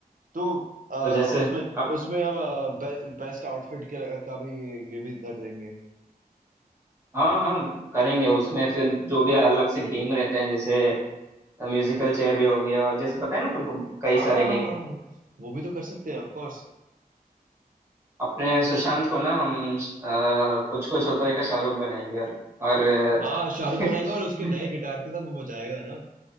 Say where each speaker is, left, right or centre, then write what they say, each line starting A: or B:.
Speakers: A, on the right; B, on the right.
A: तो अ,
B: तो जैसे
A: उसमें
B: अब
A: उसमें हम बेस्ट आउटफिट के का भी ये भी कर देंगे
B: हाँ हाँ करेंगे उसमें फिर जो भी अलग से गेम रहते हैं जैसे म्यूजिकल चेयर भी हो गया जैसे पता है ना तुमको कई
A: आ
B: सारे गेम
A: वो भी तो कर सकते हैं ऑफ कोर्स
B: अपने सुशांत को ना हम कुछ कुछ होता है का शाहरुख बनाएंगे और और
A: आ शाहरुख
B: अ, <laughs>
A: बनाएगा और उसके नए गिटार के साथ वो बजाएगा ना